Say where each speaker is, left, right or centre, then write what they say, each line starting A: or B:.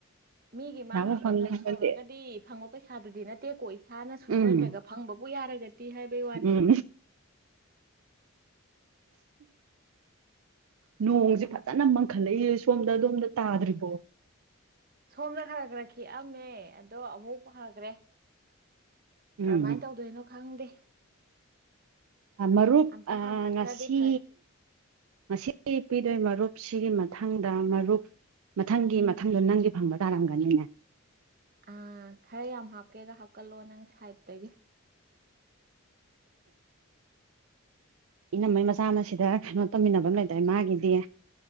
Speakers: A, on the right; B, on the right.
A: ꯃꯤꯒꯤ
B: ꯄꯩꯁꯥꯕꯨ
A: ꯃꯥꯡꯅꯕꯒ
B: ꯐꯪꯉꯦ ꯍꯥꯏꯔꯗꯤ
A: ꯇꯧꯔꯒꯗꯤ ꯐꯪꯕ ꯄꯩꯁꯥꯗꯨꯗꯤ ꯅꯠ ꯇꯦꯛꯀꯣ ꯏꯁꯥꯅ ꯁꯨꯖꯗ꯭ꯔꯒ
B: ꯎꯝ
A: ꯐꯪꯕꯕꯨ ꯌꯥꯔꯒꯗꯤ ꯍꯥꯏꯕꯩ ꯋꯥꯅꯦ
B: ꯎꯝ ꯅꯣꯡꯁꯦ ꯐꯖꯅ ꯃꯪꯈꯠꯂꯛꯏ ꯁꯣꯝꯗ ꯑꯗꯣꯝꯗ ꯇꯥꯗ꯭ꯔꯤꯕꯣ
A: ꯁꯣꯝꯅ ꯈꯔ ꯈꯔ ꯈꯤꯛꯑꯝꯃꯦ ꯑꯗꯣ ꯑꯃꯨꯛ ꯐꯒ꯭ꯔꯦ
B: ꯎꯝ
A: ꯀꯔꯝꯃꯥꯏꯅ ꯇꯧꯗꯣꯏꯅꯣ ꯈꯪꯗꯦ
B: ꯃꯔꯨꯞ
A: ꯑꯝꯇ
B: ꯑꯥ
A: ꯍꯥꯡꯀꯠꯈ꯭ꯔꯗꯤ
B: ꯉꯁꯤ
A: ꯐꯅꯤ
B: ꯉꯁꯤ ꯄꯤꯗꯣꯏ ꯃꯔꯨꯞ ꯁꯤꯒꯤ ꯃꯊꯪꯗ ꯃꯔꯨꯞ ꯃꯊꯪꯒꯤ ꯃꯊꯪꯗꯣ ꯅꯪꯒꯤ ꯐꯪꯕ ꯇꯥꯔꯝꯒꯅꯤꯅꯦ
A: ꯑ ꯈꯔ ꯌꯥꯝ ꯍꯥꯞꯀꯦꯒ ꯍꯥꯞꯀꯜꯂꯣ ꯅꯪ ꯁꯥꯏꯠꯇꯒꯤ
B: ꯏꯅꯝꯃꯩ ꯃꯆꯥ ꯑꯃꯁꯤꯗ ꯀꯩꯅꯣ ꯇꯧꯃꯤꯟꯅꯕ ꯑꯃ ꯂꯩꯗꯥꯏ ꯃꯥꯒꯤꯗꯤ